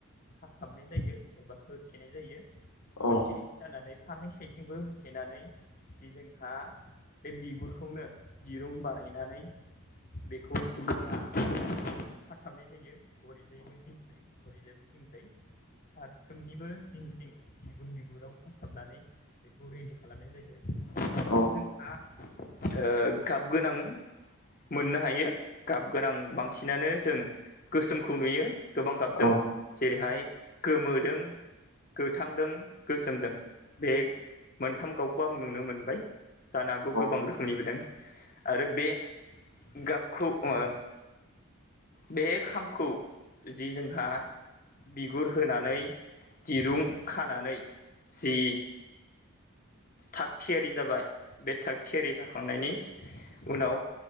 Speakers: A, on the left; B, on the left.
A: खाथाबनाय जायो एबा होथेनाय जायो
B: औ
A: होथेनाय जानानै फारनैै साइथिंबो होथेनानै बे जोंहा बे बिगुरखौ खौनो दिरुं बानायनानै बेखौ गोरा खाथाबनाय जायो हरैजायैबो दिंजाय हरैजायबो दिंजाय फारफ्रोमनिबो जिं जिं बिगुर बिगुराव खाथाबनानै बेखौ रेडि खालामनाय जायो। खामखौ
B: औ
A: जोंहा ओ गाब गोनां मोननो हायो गाब गोनां बांसिनानो जों गोसोमखौ नुयो। गोबां गाबदों
B: औ औ
A: जेरैहाय गोमोदों। गोथांदों गोसोमदों बे मोनथाम गावखौ आं नुनो मोनबाय। जानोहागौ
B: औ
A: गोबां रो खोमनिबो दों आरो बे गाबखौ ओ बे खामखौ जि जोंहा बिगुर होनानै दिरुं खानानै जि थाग थियारि जाबाय बे थाग थियारि जाखांनायनि उनाव